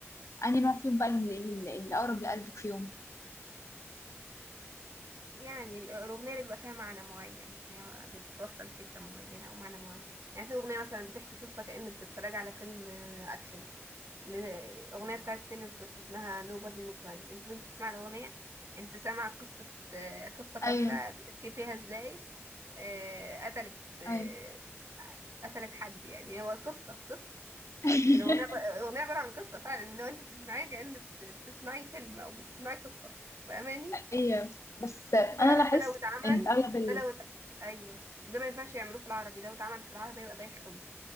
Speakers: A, on the left; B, on the right.
A: انهي نوع فيهم بقى اللي, اللي اللي اقرب لقلبك فيهم
B: يعني ال- الاغنية اللي بيبقى فيها معنى معين اللي هو بتوصل فكرة معينة او معنى معين يعني في اغنية مثلا بتحكي قصة كأن بتتفرج على فيلم آه، اكشن الأغنية بتاعت تيلر سويفت اسمها Nobody No Crime انت وانت بتسمع الأغنية انت سامع قصة آه، قصة كاملة
A: ايوه
B: بتحكي فيها ازاي آه، قتلت آه،
A: ايوه
B: قتلت حد يعني هو قصة قصة
A: <laughs>
B: الأغنية عب- الأغنية عبارة عن قصة فعلا لو انت بتسمعيها كأن بت- بتسمعي فيلم أو بتسمعي قصة فاهماني
A: ايوه بس انا
B: شوفي بقى
A: لاحظت
B: ده لو اتعمل
A: ان في اغلب ال...
B: ده لو اتعمل. أيوه ده ما ينفعش يعملوه في العربي ده لو اتعمل في العربي يبقى بايخ قوي